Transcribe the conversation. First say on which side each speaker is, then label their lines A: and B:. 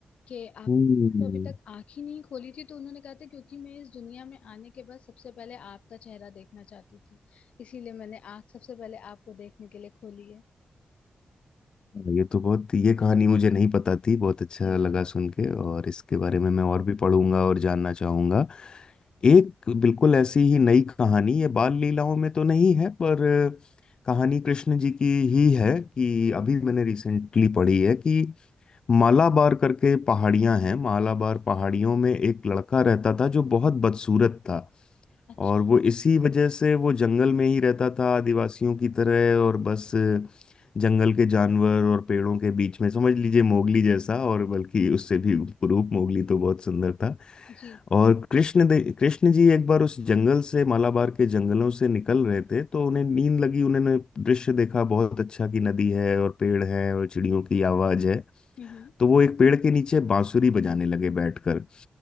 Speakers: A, on the left; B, on the left.
A: कि आप
B: हम्म हम्म,
A: तो अभी तक आंख ही नहीं खोली थी तो उन्होंने कहा था क्योंकि मैं इस दुनिया में आने के बाद सबसे पहले आपका चेहरा देखना चाहती थी इसीलिए मैंने आँख सबसे पहले आपको देखने के लिए खोली है
B: हाँ, ये तो बहुत ये कहानी मुझे नहीं पता थी बहुत अच्छा
A: जी
B: लगा सुन के और इसके
A: जी
B: बारे में मैं और भी पढ़ूंगा और जानना चाहूंगा एक बिल्कुल ऐसी ही नई कहानी ये बाल लीलाओं में तो नहीं है पर कहानी कृष्ण जी की ही है कि अभी मैंने रिसेंटली पढ़ी है कि मालाबार करके पहाड़ियां हैं मालाबार पहाड़ियों में एक लड़का रहता था जो बहुत बदसूरत था
A: अच्छा
B: और वो इसी वजह से वो जंगल में ही रहता था आदिवासियों की तरह और बस जंगल के जानवर और पेड़ों के बीच में समझ लीजिए मोगली जैसा और बल्कि उससे भी रूप मोगली तो बहुत सुंदर था
A: जी
B: और कृष्ण दे कृष्ण जी एक बार उस जंगल से मालाबार के जंगलों से निकल रहे थे तो उन्हें नींद लगी उन्होंने दृश्य देखा बहुत अच्छा कि नदी है और पेड़ है और चिड़ियों की आवाज है
A: हम्म हम्म,
B: तो वो एक पेड़ के नीचे बांसुरी बजाने लगे बैठकर